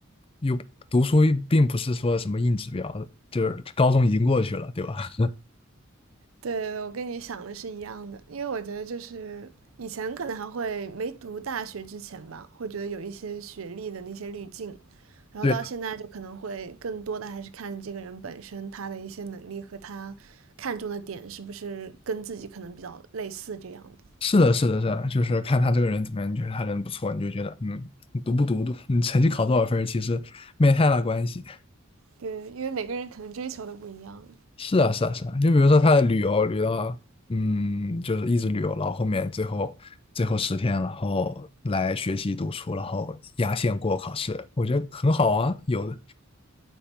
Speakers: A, on the left; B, on the right.
A: 又读书又并不是说什么硬指标，就是高中已经过去了，对吧？
B: 对，我跟你想的是一样的，因为我觉得就是以前可能还会没读大学之前吧，会觉得有一些学历的那些滤镜，
A: <laughs>
B: 然后到现在就可能会更多的还是看这个人本身他的一些能力和他看重的点是不是跟自己可能比较类似这样的。
A: 对，是的，是的，是的，就是看他这个人怎么样，你觉得他人不错，你就觉得，嗯，你读不读，读你成绩考多少分儿其实没太大关系。
B: 对，因为每个人可能追求的不一样。
A: 是啊，是啊，是啊，就比如说他的旅游，旅到，嗯，就是一直旅游，然后后面最后最后十天，然后来学习读书，然后压线过考试，我觉得很好啊，有的。